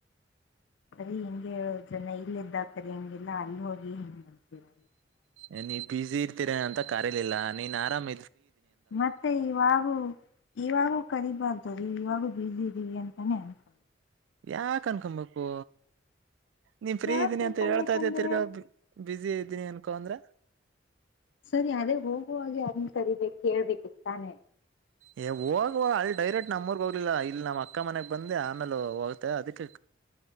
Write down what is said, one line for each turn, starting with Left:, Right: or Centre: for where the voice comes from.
Left: ಸರಿ ಹಿಂಗಗೆ ಹೇಳೋ ಜನ ಇಲ್ಲ ಇದ್ದಾಕರಿ ಹೆಂಗಿಲ್ಲಾ ಅಲ್ಲಿ ಹೋಗಿ ಹಿಂಗ್ ಮಾಡತೀರಾ.
Right: ಏನ್ ನೀವು ಪಿ ಜಿ ಅಂತ ಕರಲಿಲ್ಲ ನೀನ್ ಆರಾಮ
Left: ಮತ್ತೆ ಇವಾಗೂ ಇವಾಗೂ ಕರಿಬಾರ್ ಸರಿ ಇವಾಗೂ ಬಸಿ ಇದೀವಿ ಅಂತಾನೇ ಅನ್ಕೋ
Right: ಯಾಕ ಅನ್ಕೊಬೇಕು? ನೀನ್ ಫ್ರೀ
Left: ಯಾಕ್
Right: ಇದ್ದೀನಿ
Left: ತುಂಬ್ಕೊಬೇಕಂದ್ರೆ
Right: ಅಂತ ಹೇಳ್ತಾ ಇದ ತಿರ್ಗಾ. ಬ್ಯುಸಿ ಇದ್ದೀನಿ ಅನ್ಕೋ ಅಂದ್ರೆ.
Left: ಸರಿ ಅದೇ ಹೋಗುವಾಗ ಯಾರ್ನ ಕರಿಬೇಕ ಕೇಳ್ಬೇಕಿತ್ತಾನೆ.
Right: ಏ ಹೋಗುವಾಗ ಅಲ್ಲಿ ಡೈರೆಕ್ಟ್ ನಮ್ಮ್ ಊರಿಗೆ ಹೋಗ್ಲಿಲ್ಲ ಇಲ್ಲಿ ನಮ್ಮ್ ಅಕ್ಕ ಮನೆಗ್ ಬಂದೆ ಆಮೇಲೆ ಹೋಗ್ತ ಅದಕ್ಕೆ